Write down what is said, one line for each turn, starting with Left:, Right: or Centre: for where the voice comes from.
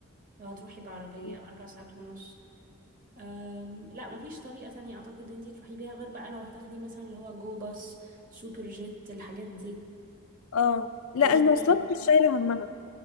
Right: لو هتروحي بعربية
Left: كده
Right: أربع ساعات ونص أم لا مفيش طريقة تانية أعتقد إن انتي تروحي بيها غير بقى لو هتاخدي مثلا اللي هو جو باص سوبر جيت الحاجات دي
Left: اه لا
Right: يعني
Left: المواصلات مش شايله همها